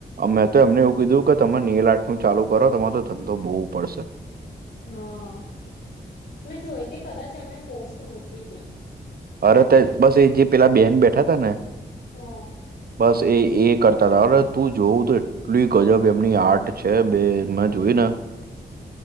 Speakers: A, on the right; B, on the left.
A: મે તો એમને કીધું કે તમે નેઇલ આર્ટનું ચાલુ કરો તમારો તો ધંધો બહવુ પડશે.
B: હા મેં જોઈતી કદાચ એમણે પોસ્ટ મૂકી હતી.
A: અરે તે બસ એ જે પેલા બેન બેઠા હતાા ને
B: હા
A: બસ એ એક કરતા હતા અ તું જોઉું તો એટલી ગજબ એમની આર્ટ છે બે મેં જોઈ ને <unintelligible>